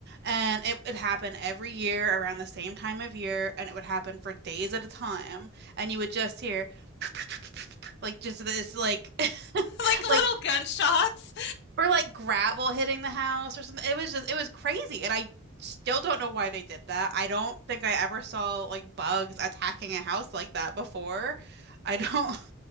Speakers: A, on the right; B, on the left.
A: And it would happen every year around the same time of year, and it would happen for days at a time. And you would just hear <laughs> like just this like <laughs>
B: Like
A: like
B: little gunshots.
A: or like gravel hitting the house or something. It was just it was crazy, and I still don't know why they did that. I don't think I ever saw like bugs attacking a house like that before. I don't.